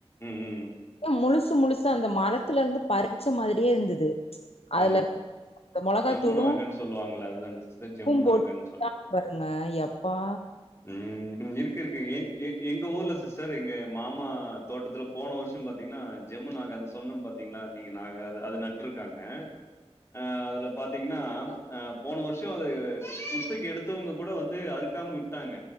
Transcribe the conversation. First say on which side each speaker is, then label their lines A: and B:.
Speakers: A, on the left (about 25°); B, on the left (about 65°).
A: ம் ம்
B: முழுசு முழுசு அந்த மரத்துல இருந்து பறிச்ச மாதிரியே இருந்தது அதுல
A: ஆ
B: இந்த மொளகாத்தூளு
A: ஜமுன் ஆகன்னு சொல்லுவாங்கள அதுதான சிஸ்டர்
B: உப்பும்
A: ஜமுன்
B: போட்டு
A: ஆகன்னு
B: வித்தாங்க
A: சொல்ல
B: பாருங்க எப்பா
A: உம் ம் இருக்கு இருக்கு எங்க ஊர்ல சிஸ்டர் எங்க மாமா தோட்டத்துல போன வருஷம் பாத்தீங்கன்னா ஜம்மு நாக அந்த சொன்னே பாத்தீங்கன்னா நீங்க நாக அது நட்டுருக்காங்க ஆ ஆஹ் அதுல பாத்தீங்கன்னா அ போன வருஷம் அது புஸ்தக எடுத்தவங்க கூட வந்து அறுக்காம விட்டாங்க